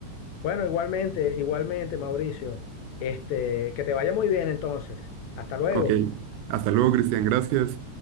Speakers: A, on the left; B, on the right.
A: Bueno, igualmente, igualmente, Mauricio, este, que te vaya muy bien entonces. Hasta luego.
B: Ok, hasta luego, Cristian. Gracias.